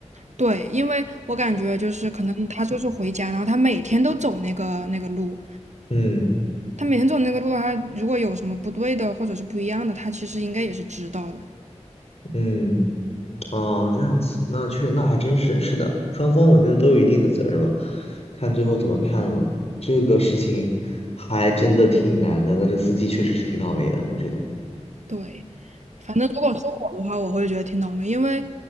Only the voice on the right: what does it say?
对，因为我感觉就是可能他就是回家，然后他每天都走那个那个路，
他每天走那个路的话，他如果有什么不对的或者是不一样的，他其实应该也是知道的。
对，反正如果是我的话，我会觉得挺倒霉，因为